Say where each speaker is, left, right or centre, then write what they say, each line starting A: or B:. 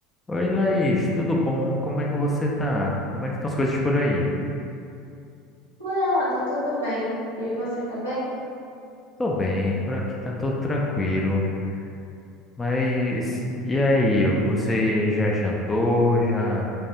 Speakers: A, on the left; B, on the left.
A: Oi, Laís, tudo bom? Como é que você tá? Como é que estão as coisas por aí?
B: Por ela, tá tudo bem. E você tá bem?
A: Tô bem, por aqui tá tudo tranquilo. Mas e aí, você já jantou? Já